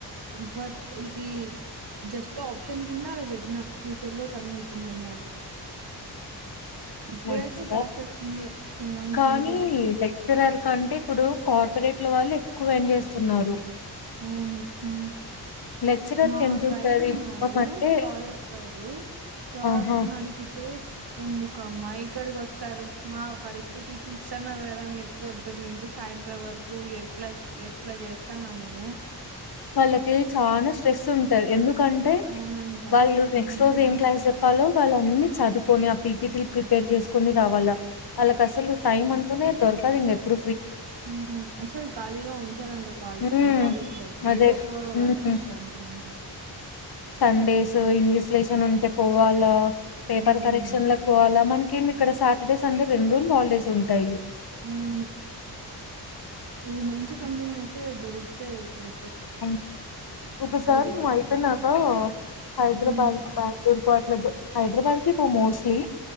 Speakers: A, on the right; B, on the left.
A: బట్ ఇది జస్ట్ ఆప్షన్ కింద అది పెట్టిన ఫ్యూచర్ లో తరం అవుతుందేమో అని ఇప్పుడైతే
B: లెక్చర
A: జాబ్ సర్చింగే ఫినాన్స్
B: కానీ
A: మీదే
B: లెక్చరర్ కంటే ఇప్పుడు కార్పొరేట్ల వాళ్ళు ఎక్కువ ఎం చేస్తున్నారు
A: అవును ఉ
B: లెక్చరర్
A: మా
B: కి ఎంత ఉంటది
A: గైడ్ ఉన్నారు
B: మినిమం అంటే
A: ప్రాజెక్ట్ గైడ్ సార్
B: ఆహా
A: నడిగితే ఎందుకమ్మా ఇక్కడికి వస్తారు మా పరిస్థితి చూస్తన్నారు కదా మీరు పొద్దున్న నుంచి సాయంత్రం వరకు ఎట్లా ఎట్లా చేస్తన్నాము హ్మ్
B: వాళ్ళకి చాలా స్ట్రెస్ ఉంటది. ఎందుకంటే
A: అవునంట
B: వాళ్ళు నెక్స్ట్
A: ఉమ్
B: రోజు ఏం క్లాస్ చెప్పాలో వాళ్ళ అన్ని చదువుకొని ఆ పీ పి టీ లు ప్రిపేర్ చేసుకోని రావాల వాళ్ళ కసలు టైమ్ అంటూనే దొరక కళింగ ఎప్పుడ
A: హ్మ్ అసలు ఖాళీగా ఉంచరంట కా
B: ఉమ్
A: కాలేజ్ వాళ్ళు
B: అదే
A: ఏదో ఒక
B: ఉమ్
A: వర్క్ ఇస్తారంట అంత
B: సండేస్ ఇన్విజలేషన్ ఉంటే పోవాలా పేపర్
A: హ్మ్.
B: కరెక్షన్లకు పోవాలా మ ఇంకెంది ఇక్కడ సాటర్డే, సండే రెండు రోజులు హాలిడేస్ ఉంటాయి.
A: హ్మ్ ఇది మంచి కంపెనీ అయితే దొరికితే బె
B: హు ఒక సారీ
A: దొరక్కపోతే
B: నువ్యు అయిపోయినాక హైదరాబాద్
A: హ్మ్.
B: బెంగళూరు కు అట్లా హైదరాబాద్ కి మోస్ట్లీ